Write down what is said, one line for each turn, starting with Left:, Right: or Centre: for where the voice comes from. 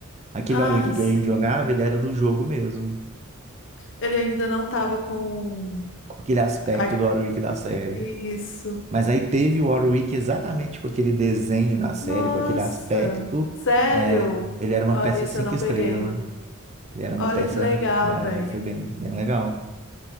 Right: Aquele
Left: Ah,
Right: Warwick que
Left: sim.
Right: a gente jogava, ele era do jogo mesmo,
Left: Ele ainda não tava com
Right: com aquele aspecto
Left: a-
Right: do Warwick da série.
Left: isso.
Right: Mas aí teve o Warwick exatamente com aquele desenho da série,
Left: Nossa,
Right: com aquele aspecto.
Left: sério?
Right: é, ele era uma
Left: Olha
Right: peça
Left: isso,
Right: cinco
Left: eu não
Right: estrelas.
Left: peguei.
Right: Ele era uma
Left: Olha
Right: peça.
Left: que legal,
Right: é,
Left: velho.
Right: foi bem, bem legal.